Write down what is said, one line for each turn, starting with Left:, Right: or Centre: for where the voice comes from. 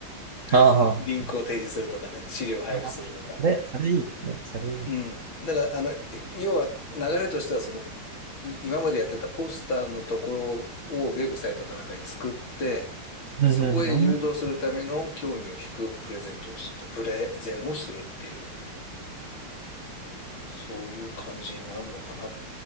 Right: ああ。
Left: <laughs> リンクを提示するとかね、資料を配布するとか。
Right: ああ。それ、それいいですね。それいいな。
Left: うん。だから、あの、え要は流れとしては、その、い今までやってたポスターのところをウェブサイトかなんかに作って、
Right: うんうんうん、
Left: そこへ誘導するための興味を引くプレゼントをす、
Right: あー
Left: プレゼンをするっていう、そういう感じになるのかなっ